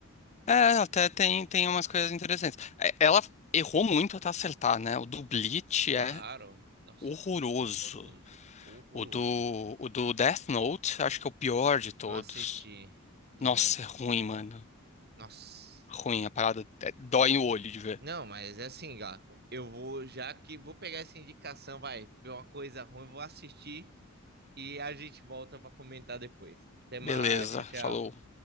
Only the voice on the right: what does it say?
Claro.
Nossa,
Bleach é horroroso, horroroso.
Não assisti do
Netflix.
Nossa.
Não, mas é assim, gato. Eu vou, já que vou pegar essa indicação, vai ver uma coisa ruim, vou assistir. e a gente volta para comentar depois. Até mais,
tchau, tchau.